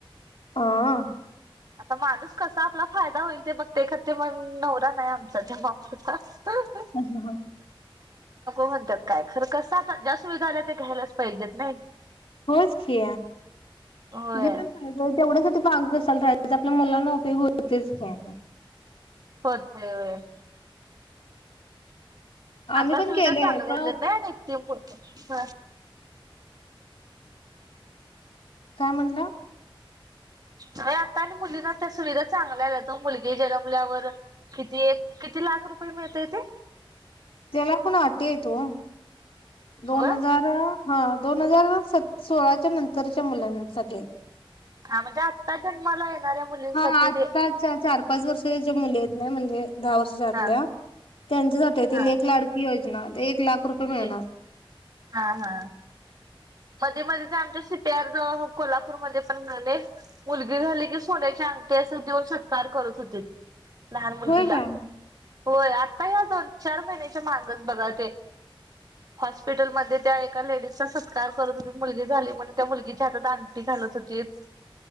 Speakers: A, on the left (about 80°); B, on the right (about 45°).
A: ह.
B: आता माणूस कसा आपला फायदा होईल ते बगते खते. पण नवरा नाही आमचा त्या मापाचा.
A: <inaudible>
B: नको
A: होयच
B: म्हणत्यात. काय खरं कसं आता, ज्या सुविधा आल्या ते घ्यायलाच पाहिजेत नाही.
A: होयच की,
B: होय
A: घेयलाच तेवढ्या साठी माग कसाल राहायच. आपल्या मुलांना उपयोग होतेच की.
B: <unintelligible> व्हय.
A: आम्ही
B: आता
A: पण
B: सुविधा
A: केलेय
B: चांगल्या
A: पण
B: आल्यात नाही. नाही त
A: काय म्हणला?
B: आता आणि मुलींना त्या सुविधा चांगल्या आल्यात हो. मुलगी जन्मल्यावर किती एक किती लाख रुपये मिळतेय ते?
A: त्याला पण अटीयेत ओ. दोन
B: होय
A: हजार हा दोन हजार स सोळाच्या नंतरच्या मुलांसाठी आहेत.
B: हा म्हणजे आत्ता जन्माला येणाऱ्या मुलींसाठी
A: हा आत्ताच्या
B: ते.
A: चार पाच वर्ष ज्या मुली येत न म्हणजे दहा वर्षच्याआतल्या
B: हा
A: त्यांच्यासाठी ते
B: हा
A: लेकलाड ती योजना. एक लाख रुपये मिळणार.
B: लेट हा हा. मध्ये, मध्ये जे आमच्या सी, पी, आर ज कोल्हापूरमध्ये पण झालेत. मुलगी झाली की सोन्याची अंगठी अस देऊन सत्कार करत होते. लहान मुलगी
A: होय
B: ला
A: काय
B: होय आता ह्या दोन, चार महिन्याच्या माघच बघा ते. हॉस्पिटलमध्ये त्या एका लेडीजचा काल करत होते मुलगी झाली म्हणून त्या मुलगीची हात आंगठी घालत होतेत.